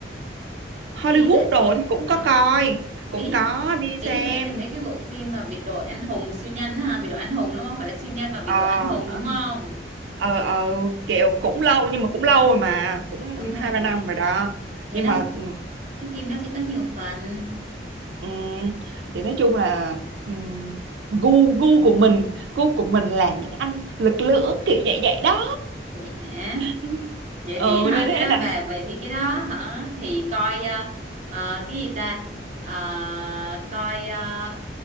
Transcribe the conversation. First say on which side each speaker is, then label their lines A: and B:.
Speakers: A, on the right (about 75°); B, on the right (about 40°).
A: Hollywood
B: Ý bà
A: đồ thì cũng
B: à,
A: có coi cũng
B: ý
A: có đi
B: ý
A: xem
B: bà là mấy cái bộ phim mà biệt đội anh hùng siêu nhân ha biệt đội anh hùng đúng không phải là siêu nhân mà biệt
A: ờ
B: đội anh hùng đúng không
A: ờ ờ, kiểu cũng lâu nhưng mà cũng lâu rồi mà cũng
B: đúng rồi
A: hai ba năm rồi đó
B: thế
A: nhưng
B: nó
A: mà
B: cái phim nó sẽ có nhiều phần
A: Ừ, thì nói chung là ừm, gu gu của mình gu của mình là những anh lực lưỡng kiểu vậy vậy đó
B: vậy hả
A: ừ
B: vậy
A: ừ,
B: thì hả
A: nên
B: cái
A: thế
B: đó
A: là
B: về vậy thì cái đó hả thì coi ờ, ờ, cái gì ta Ờ, coi ờ,